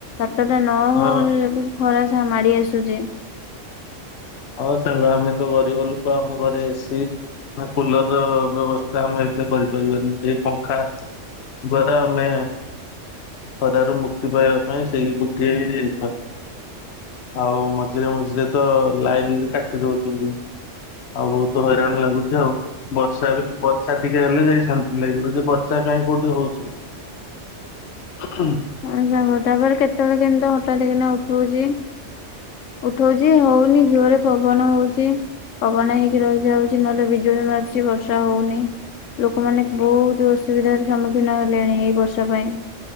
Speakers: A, on the left (about 80°); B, on the left (about 65°).
A: ସାତ ଟା ନ
B: ହଁ
A: ହଉଣୁ ଖରା ସା ମାଡି ଆସୁଚି।
B: ହଁ ସାଙ୍ଗ ଆମେ ତ ଗରିବ ଲୁକ ଆମ ଘରେ ଏସି ନା କୁଲର୍ ର ବ୍ୟବସ୍ଥା ଆମେ ଏତେ କରିପାରିବାନି ସେଇ ପଙ୍ଖା ଦ୍ୱାରା ଆମେ ଖରାରୁ ମୁକ୍ତି ପାଇବା ପାଇଁ ସେଇ ଗୋଟିଏ ହିଁ ଉପାୟ। ଆଉ ମଝିରେ ମଝିରେ ତ ଲାଇନ୍ ବି କାଟି ଦଉଚନ୍ତି। ଆଉ ବହୁତୁ ହଇରାଣ ଲାଗୁଚି ଆଉ। ବର୍ଷା ଏବେ ବର୍ଷା ଟିକେ ହେଲେ ଯାଇ ଶାନ୍ତି ଲାଗିବ ଯେ ବର୍ଷା କାଇଁ କୋଉଠି ହଉଚି। <inaudible>
A: ହଁ ସାଙ୍ଗ ତାପରେ କେତେବେଳେ କେନ୍ତି ତ ହଠାତ୍ କିନା ଉଠଉଚି ଉଠଉଚି ହଉନି ଜୋର୍ ରେ ପବନ ହଉଚି। ପବନ ହେଇକି ରହିଯାଉଚି ନହେଲେ ବିଜୁଳି ମାରୁଚି ବର୍ଷା ହଉନି। ଲୋକମାନେ ବହୁତ୍ ଅସୁବିଧାର ସମ୍ମୁଖୀନ ହେଲେଣି ଏଇ ବର୍ଷ ପାଇଁ।